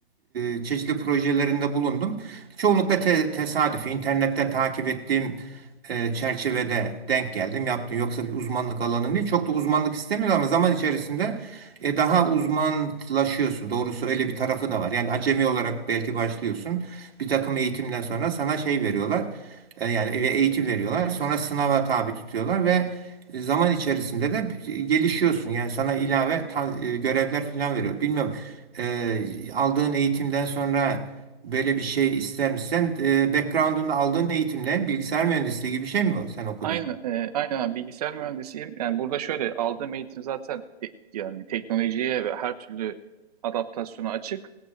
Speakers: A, on the right; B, on the right.
A: e, çeşitli projelerinde bulundum. Çoğunlukla te- tesadüf, internetten takip ettiğim e, çerçevede denk geldim, yaptım. Yoksa bir uzmanlık alanım değil. Çok da uzmanlık istemiyor ama zaman içerisinde e, daha uzmanlaşıyorsun. Doğrusu öyle bir tarafı da var. Yani acemi olarak belki başlıyorsun. Bir takım eğitimden sonra sana şey veriyorlar. E, Yani ve eğitim veriyorlar. Sonra sınava tabi tutuyorlar ve zaman içerisinde de gelişiyorsun. Yani sana ilave ta- e, görevler falan veriyor. Bilmiyorum. e, aldığın eğitimden sonra böyle bir şey ister misin? Sen e, background'unda aldığın eğitimle bilgisayar mühendisliği gibi bir şey mi sen okudun?
B: Aynı, e, aynen abi, bilgisayar mühendisiyim. Yani burada şöyle aldığım eğitim zaten te- yani teknolojiye ve her türlü adaptasyona açık.